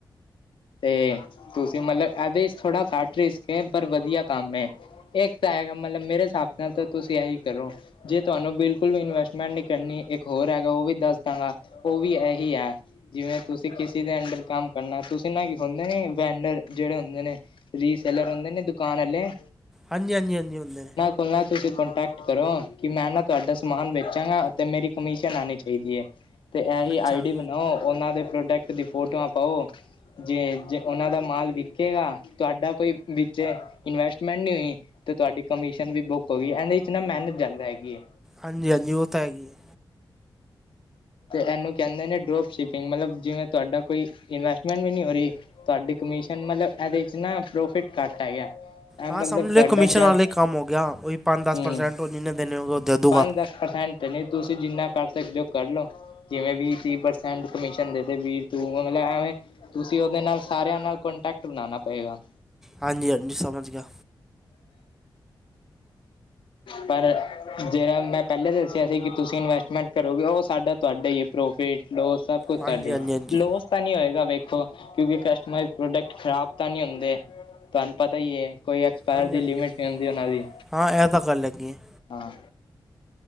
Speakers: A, on the left (about 75°); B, in the centre.
A: ਤੇ ਤੁਸੀਂ ਮਤਲਬ ਇਹਦੇ ਚ ਥੋੜ੍ਹਾ ਘੱਟ ਰਿਸਕ ਏ ਪਰ ਵਧੀਆ ਕੰਮ ਏ। ਇੱਕ ਤਾਂ ਹੈਗਾ ਮਤਲਬ ਮੇਰੇ ਹਿਸਾਬ ਨਾਲ ਤਾਂ ਤੁਸੀਂ ਇਹੀ ਕਰੋ। ਜੇ ਤੁਹਾਨੂੰ ਬਿਲਕੁਲ ਵੀ ਇਨਵੈਸਟਮੈਂਟ ਨੀ ਕਰਨੀ ਇੱਕ ਹੋਰ ਹੈਗਾ ਉਹ ਵੀ ਦੱਸ ਦਾਂਗਾ। ਉਹ ਵੀ ਇਹੀ ਏ ਜਿਵੇਂ ਤੁਸੀਂ ਕਿਸੇ ਦੇ ਅੰਡਰ ਕੰਮ ਕਰਨਾ ਤੁਸੀਂ। ਜਿਨਾਂ ਕਿ ਹੁੰਦੇ ਨੇ ਵੈਂਡਰ ਜਿਹੜੇ ਹੁੰਦੇ ਨੇ ਰੀਸੇਲਰ ਹੁੰਦੇ ਨੇ ਦੁਕਾਨ ਆਲੇ।
B: ਹਾਂਜੀ, ਹਾਂਜੀ, ਹਾਂਜੀ ਹੁੰਦੇ।
A: ਉਨ੍ਹਾਂ ਨਾਲ ਤੁਸੀਂ ਕੋਂਟੈਕਟ ਕਰੋ ਕਿ ਮੈਂ ਨਾ ਤੁਹਾਡਾ ਸਮਾਨ ਵੇਚਾਂਗਾ ਅਤੇ ਮੇਰੀ ਕਮਿਸ਼ਨ ਆਣੀ ਚਾਹੀਦੀ ਏ। ਤੇ ਇਹੀ
B: ਅੱਛਾ
A: ਆਈ ਡੀ ਬਣਾਓ ਉਹਨਾਂ ਦੇ ਪ੍ਰੋਡਕਟ ਦੀ ਫੋਟੋਆਂ ਪਾਓ। ਜੇ ਜੇ ਉਹਨਾਂ ਦਾ ਮਾਲ ਵਿਕੇਗਾ ਤੁਹਾਡਾ ਕੋਈ ਵਿੱਚੇ ਇਨਵੈਸਟਮੈਂਟ ਨਹੀਂ ਹੋਈ ਤੇ ਤੁਹਾਡੀ ਕਮਿਸ਼ਨ ਵੀ ਬੁੱਕ ਹੋ ਗਈ ਇਹਦੇ ਚ ਨਾ ਮਿਹਨਤ ਜਿਆਦਾ ਹੈਗੀ ਏ।
B: ਹਾਂਜੀ, ਹਾਂਜੀ ਉਹ ਤਾਂ ਹੈਗੀ ਏ।
A: ਤੇ ਇਹਨੂੰ ਕਹਿੰਦੇ ਨੇ ਡਰੋਪ ਸ਼ਿਪਿੰਗ ਮਤਲਬ ਜਿਵੇਂ ਤੁਹਾਡਾ ਕੋਈ ਇਨਵੈਸਟਮੈਂਟ ਵੀ ਨਹੀਂ ਹੋ ਰਹੀ। ਤੁਹਾਡੀ ਕਮਿਸ਼ਨ ਮਤਲਬ ਇਹਦੇ ਚ ਨਾ ਪ੍ਰੋਫਿਟ ਘੱਟ ਹੈਗਾ। ਇਹ
B: ਹਾਂ
A: ਮਤਲਬ
B: ਸਮਝ ਲਓ
A: ਤੁਹਾਡਾ
B: ਕਮਿਸ਼ਨ
A: ਜਦ
B: ਵਾਲੇ ਹੀ ਕੰਮ ਹੋ ਗਿਆ ਉਈ ਪੰਜ ਦਸ
A: ਹੂੰ
B: ਪ੍ਰਸੈਂਟ ਉਹ ਜਿੰਨੇ ਦੇਣੇ ਹੋਗੇ ਉਹ ਦੇਦੂਗਾ।
A: ਪੰਜ-ਦਸ ਪਰਸੈਂਟ ਨਹੀਂ ਤੁਸੀਂ ਜਿੰਨਾ ਕਰ ਸਕਦੇ ਹੋ ਕਰ ਲਓ। ਜਿਵੇਂ ਵੀਹ, ਤੀਹ ਪਰਸੈਂਟ ਕਮਿਸ਼ਨ ਦੇ ਵੀਰ ਤੂੰ ਐਵੇਂ। ਤੁਸੀਂ ਉਹਦੇ ਨਾਲ ਸਾਰਿਆਂ ਨਾਲ ਕੋਂਟੈਕਟ ਬਣਾਉਣਾ ਪਏਗਾ।
B: ਹਾਂਜੀ-ਹਾਂਜੀ ਸਮਝ ਗਿਆ।
A: ਪਰ ਜੇਰਾ ਮੈਂ ਪੈਲੇ ਦੱਸਿਆ ਸੀ ਕਿ ਤੁਸੀਂ ਇਨਵੈਸਟਮੈਂਟ ਕਰੋਗੇ, ਓ ਸਾਡਾ ਤੁਆਡਾ ਈ ਐ, ਪ੍ਰੋਫਿਟ ਲੋਸ ਸਭ ਕੁਛ
B: ਹਾਂਜੀ
A: ਤੁਆਡਾ ਈ,
B: ਹਾਂਜੀ ਹਾਂਜੀ
A: ਲੋਸ ਤਾਂ ਨੀ ਹੋਏਗਾ ਵੇਖੋ ਕਿਉਂਕਿ ਕਸਟਮ ਪ੍ਰੋਡਕਟ ਖਰਾਬ ਤਾਂ ਨਈ ਹੁੰਦੇ। ਤੁਆਨੂੰ ਪਤਾ ਈ ਏ, ਕੋਈ ਐਕਸਪਾਇਰ
B: ਹਾਂਜੀ
A: ਦੀ
B: ਹਾਂਜੀ
A: ਲਿਮਿਟ ਨਈ ਹੁੰਦੀ ਓਨਾਂ ਦੀ।
B: ਹਾਂ ਇਹ ਤਾਂ ਗੱਲ ਹੈਗੀ ਹੈ
A: ਹਾਂ।